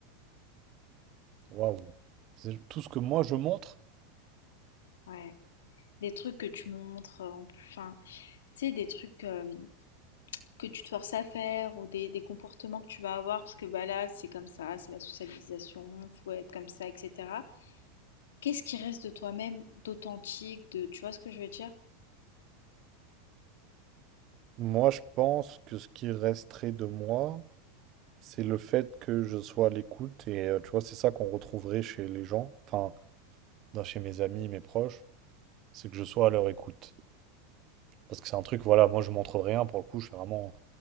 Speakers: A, on the right; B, on the left.
A: Waouh. C'est tout ce que moi je montre.
B: Ouais, des trucs que tu montres, heu, en plus, enfin, tu sais, des trucs, hem, que tu te forces à faire ou des, des comportements que tu vas avoir parce que bah là, c'est comme ça, c'est la socialisation, faut être comme ça, etc. Qu'est-ce qui reste de toi-même d'authentique, de, tu vois ce que je veux dire?
A: Moi, je pense que ce qui resterait de moi, c'est le fait que je sois à l'écoute. Et euh, tu vois, c'est ça qu'on retrouverait chez les gens, enfin, dans- chez mes amis, mes proches, c'est que je sois à leur écoute. Parce que c'est un truc, voilà, moi je montre rien pour le coup, je fais vraiment,